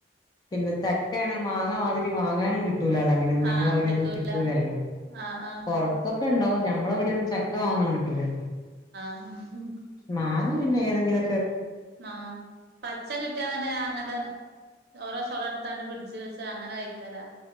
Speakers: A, on the left; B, on the right.
A: പിന്നെ ചക്കയാണേ മാങ്ങമാതിരി വാങ്ങാനും കിട്ടൂലാലോ അങ്ങനെയൊന്നും നമ്മളവിടെയൊന്നും
B: ആഹ് കിട്ടൂല
A: കിട്ടൂലല്ലോ
B: ആഹ് ആഹ്
A: പുറത്തൊക്കെ ഇണ്ടാവും ഞമ്മളവിടെയൊന്നും ചക്ക വാങ്ങാൻ കിട്ടൂലല്ലോ
B: ആഹ്
A: മാങ്ങ പിന്നെ ഏതെങ്കിലൊക്കെ
B: ആ പച്ച കിട്ടിയാ തന്നെ ഞാൻ അങ്ങനെ ഓരോ ചൊള എടുത്താണ്ട് ഫ്രിഡ്ജ് വെച്ച് അങ്ങനെ കാഴിക്കലാ